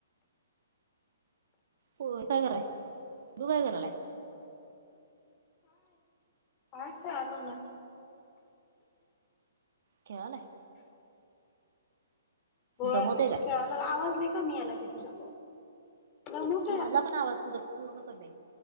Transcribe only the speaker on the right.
हो काय? कराय तू काय? करायलाय.
खेळायला. आहे
दमो ते काय?
मला पण आवाज तुझा पूर्ण कमी.